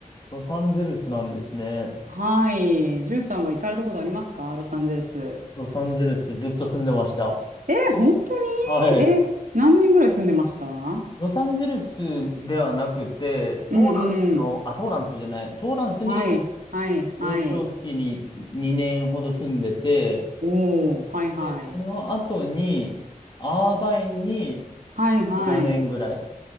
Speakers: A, on the left; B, on the right.
A: ロサンゼルスなんですね。
B: はい。ジュンさんは行かれたことありますかロサンゼルス。
A: ロサンゼルスずっと住んでました。
B: えー、本当にえ、
A: はい。
B: 何年ぐらい住んでましたう
A: ロサンゼルスではなくて、トーランスの、
B: んうん。
A: あ、トーランスじゃない、トーランスに
B: はい、はい、
A: 幼少期に2年ほど住んでて、
B: はい。おー、はい、はい。
A: で、その後に、アーバインに
B: はい、はい。
A: 7年ぐらい。